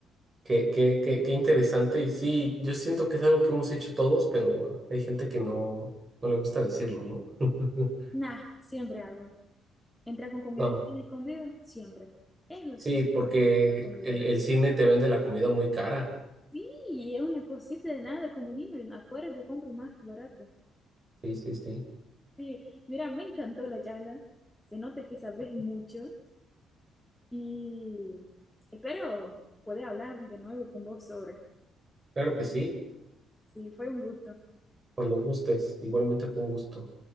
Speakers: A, on the right (about 25°); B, in the centre.
A: qué, qué, qué, qué interesante. Y sí, yo siento que es algo que hemos hecho todos, pero hay gente que no, no le gusta decirlo, ¿no? <laughs>
B: Nah, siempre hago. Entrar con comida
A: No.
B: en cine escondido, siempre. Eso es
A: Sí,
B: un
A: porque
B: robo, la comida
A: el, el cine te vende la comida muy cara.
B: Sí, es una cosita de nada, como niño, afuera yo compro más barato.
A: Sí, sí, sí.
B: Sí, mira, me encantó la charla. Se nota que sabes mucho y espero poder hablar de nuevo con vos sobre.
A: Claro que sí,
B: Sí, fue un gusto.
A: cuando gustes. Igualmente fue un gusto.